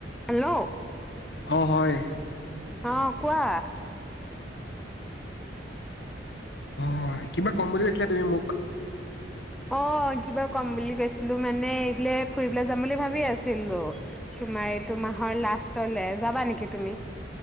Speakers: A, in the centre; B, on the left.
A: Hello
B: অ হয়
A: আহ কোৱা
B: অ কিবা কম বুলি গৈছিলা তুমি মোক
A: অ কিবা কম বুলি গৈছিলো মানে এইফিলে ফুৰিবলৈ যাম বুলি ভাবি আছিলোো তোমাৰ এইটো মাহৰ লাষ্ট লেজ যাবা নেকি তুমি